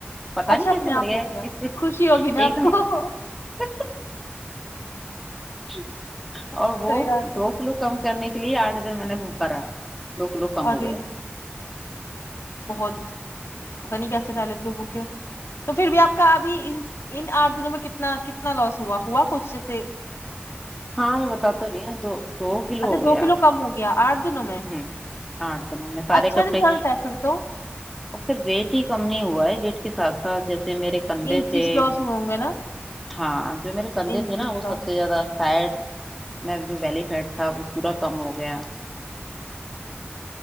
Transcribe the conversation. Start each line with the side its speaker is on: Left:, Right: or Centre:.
Centre: پتا
Left: اچھا
Centre: نہیں کیسے
Left: اپنے
Centre: بڑھ
Left: آپ
Centre: گ
Left: ہو گیا خوشی ہوگی نا
Centre: ایک
Left: آپ
Centre: دم
Left: کو
Centre: ج
Left: صحیح
Centre: <inaudible> اور وہ
Left: بات ہے
Centre: دو کلو کم کرنے کے لیے آٹھے دن میں نے بھکرا دو کلو کم
Left: ارے
Centre: ہو گیا
Left: بہت پت نہیں کیسے ڈال لیتے ہو بکیں تو پھر بھی آپ کا ابھی ان آٹھ دنوں میں کتنا کتنا لوس ہوا ہوا کچھ جیے
Centre: ہاں میں بتات تو نہیںی ہوں دو دو کلو
Left: اچھا
Centre: ہو گیا
Left: دو کم ہو گیا آٹھ دنوں میں
Centre: ہوں آ س ن سارے
Left: اچھا
Centre: کپڑے
Left: رزلٹ ہے پھر تو
Centre: اور پھر و ٹھیک کم نہیں ہوا ہے ویٹ کے ساتھ ساتھ جیسے میرے کندھے
Left: انچز
Centre: تھے
Left: لاس ہوئے ہوں گے نا
Centre: ہاں جو میرے کندھے
Left: انچز
Centre: تھے نا وہ
Left: لاس
Centre: سب سے زیادہ فیڈ میں جو ویلی فڈ تھا وہ پورا کم ہو گیا
Left: <unintelligible>